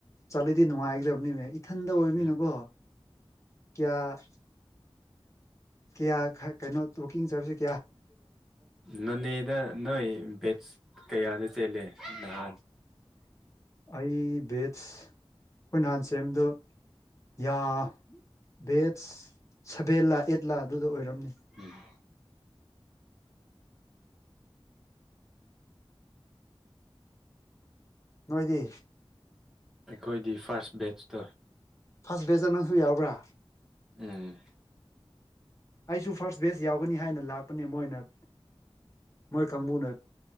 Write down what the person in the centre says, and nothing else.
ꯎꯝ
ꯅꯅꯦꯗ ꯅꯣꯏ ꯚꯦꯁ ꯀꯌꯥꯗ ꯆꯦꯜꯂꯦ ꯅꯍꯥꯟ
ꯎꯝ
ꯑꯩꯈꯣꯏꯗꯤ ꯐꯥꯔꯁ ꯕꯦꯠꯁꯇꯣ
ꯎꯝ